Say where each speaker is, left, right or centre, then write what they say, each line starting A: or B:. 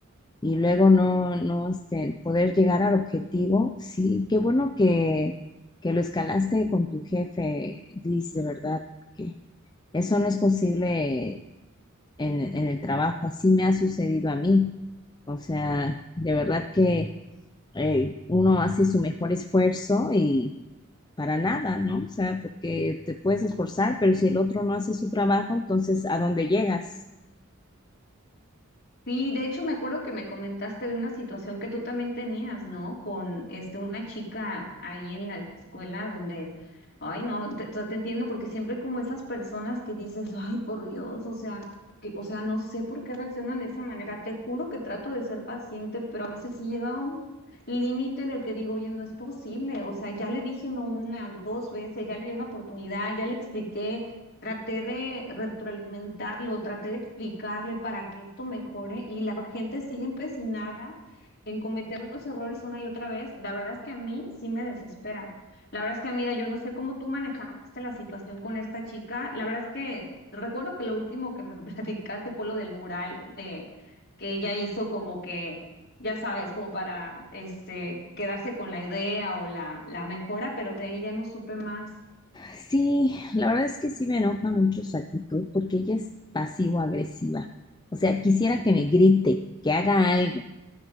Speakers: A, on the left; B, on the left.
A: y luego no, no, este, poder llegar al objetivo. Sí, qué bueno que, que lo escalaste con tu jefe, Liz, de verdad, que eso no es posible en, en el trabajo, así me ha sucedido a mí. O sea, de verdad que eh, uno hace su mejor esfuerzo y para nada, ¿no? O sea, porque te puedes esforzar, pero si el otro no hace su trabajo, entonces ¿a dónde llegas?
B: Sí, de hecho me acuerdo que me comentaste de una situación que tú también tenías, ¿no? Con este una chica ahí en la escuela donde, ay, no, te, o sea, te entiendo porque siempre hay como esas personas que dices, ay, por Dios, o sea, que, o sea, no sé por qué reaccionan de esa manera. Te juro que trato de ser paciente, pero a veces sí llega a un límite en el que digo, oye, no es posible, o sea, ya le dije no una, dos veces, ya le di una oportunidad, ya le expliqué. Traté de retroalimentarlo, traté de explicarle para que esto mejore y la gente sigue empecinada en cometer los errores una y otra vez. La verdad es que a mí sí me desespera. La verdad es que, amiga, yo no sé cómo tú manejaste la situación con esta chica. La verdad es que recuerdo que lo último que me <laughs> platicaste fue lo del mural de que ella hizo como que, ya sabes, como para este quedarse con la idea o la, la mejora, pero de ahí ya no supe más.
A: Sí, la verdad es que sí me enoja mucho su actitud porque ella es pasivo-agresiva. O sea, quisiera que me grite, que haga algo,